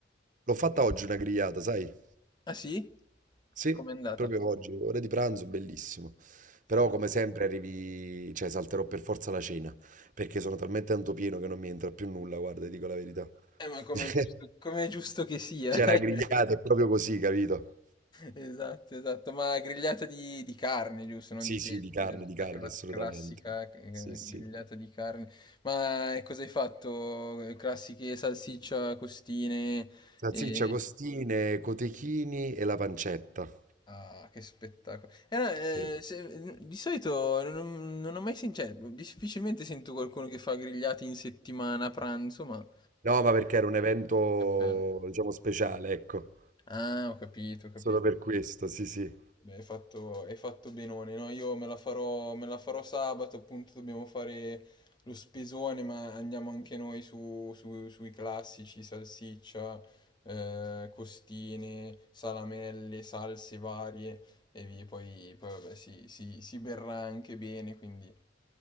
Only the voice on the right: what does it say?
l'ho fatta oggi una grigliata, sai?
Sì,
proprio oggi, ora di pranzo, bellissimo. Però
come sempre arrivi, cioè salterò per forza la cena, perché sono talmente tanto pieno che non mi entra più nulla, guarda, ti dico la verità.
<laughs>
C'è
la grigliata, è proprio così, capito?
Sì,
sì,
di carne,
di
carne,
assolutamente.
Sì, sì.
Salsiccia,
costine, cotechini e la pancetta.
Sì.
No, ma perché era un evento,
diciamo, speciale, ecco.
Solo per questo, sì, sì.